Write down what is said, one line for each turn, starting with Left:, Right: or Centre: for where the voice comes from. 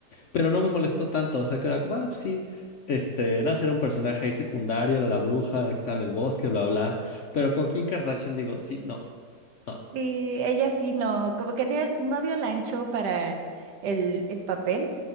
Left: pero no me molestó tanto, o sea, que era como, ah, sí, este, era ser un personaje ahí secundario, era la bruja, la que estaba en el bosque, bla, bla, pero con Kim Kardashian digo, sí, no. no.
Right: Sí, ella sí no, como que ni- no dio el ancho para el, el papel.